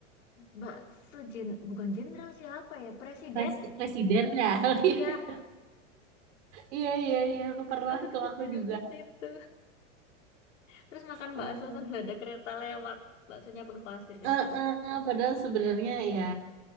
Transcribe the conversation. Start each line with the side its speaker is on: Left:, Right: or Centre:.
Left: Mbak sejen, bukan jenderal siapa ya? Presiden?
Right: Res, residen ya. <laughs>
Left: Iya,
Right: Iya iya iya pernah
Left: aku dulu
Right: tuh aku
Left: juga
Right: juga.
Left: ke situ. Terus makan
Right: Aku
Left: bakso
Right: pernah.
Left: sambil ada kereta lewat. Baksonya penuh pasir deh.
Right: Eh, eh, eh, padahal sebenarnya ya